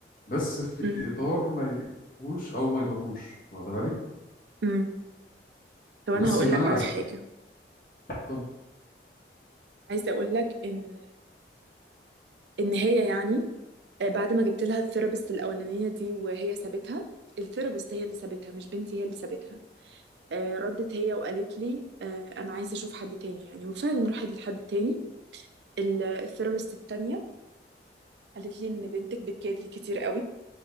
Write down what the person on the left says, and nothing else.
بس في
إطار ما يأذوش أو ما يضروش واخد بالك
بس
إن
أنا
أسيب
الطفل